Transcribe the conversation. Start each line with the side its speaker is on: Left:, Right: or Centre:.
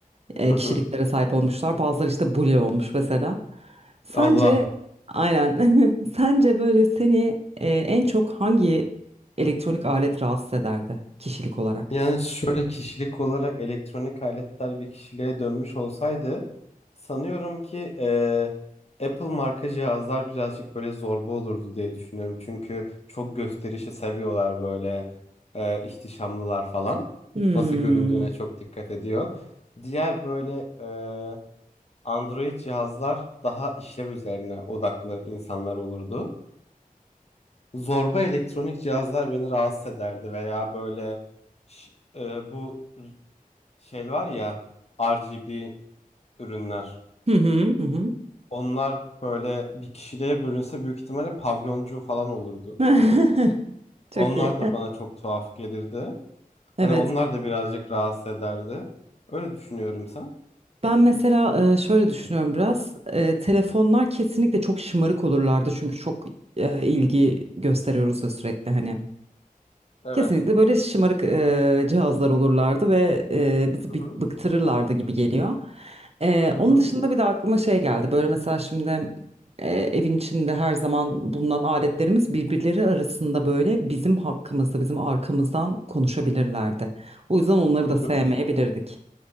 Right: e,
Left: Hı hı.
Right: kişiliklere sahip olmuşlar. Bazıları işte bully olmuş mesela. Sence
Left: Allah.
Right: aynen <laughs> sence böyle seni e, en çok hangi elektronik alet rahatsız ederdi kişilik olarak?
Left: Yani şöyle kişilik olarak elektronik aletler bir kişiliğe dönmüş olsaydı sanıyorum ki eee, Apple marka cihazlar birazcık böyle zorba olurdu diye düşünüyorum. Çünkü çok gösterişi seviyorlar böyle eee ihtişamlılar falan.
Right: Hmm.
Left: Nasıl göründüğüne çok dikkat ediyor. Diğer böyle eee, Android cihazlar daha işlev üzerine odaklı insanlar olurdu. Zorba elektronik cihazlar beni rahatsız ederdi veya böyle ş- e, bu r- şey var ya RGB ürünler.
Right: Hı hı hı. hı.
Left: Onlar böyle bir kişiliğe bölünse büyük ihtimalle pavyoncu falan olurdu.
Right: <laughs> Çok
Left: Onlar
Right: iyi.
Left: da bana çok tuhaf gelirdi.
Right: Evet.
Left: Hani onlar da birazcık rahatsız ederdi. Öyle düşünüyorum sen.
Right: Ben mesela e, şöyle düşünüyorum biraz. E, telefonlar kesinlikle çok şımarık olurlardı çünkü çok e, ilgi gösteriyoruz da sürekli hani.
Left: Evet.
Right: Kesinlikle böyle şımarık eee, cihazlar olurlardı ve eee, bizi
Left: Hı
Right: bı-
Left: hı.
Right: bıktırırlardı gibi geliyor. Eee,
Left: Hı
Right: onun
Left: hı.
Right: dışında bir de aklıma şey geldi. Böyle mesela şimdi eee, evin içinde her zaman bulunan aletlerimiz birbirleri arasında böyle bizim hakkımızda, bizim arkamızdan konuşabilirlerdi. O yüzden onları da sevmeyebilirdik.
Left: Hı hı.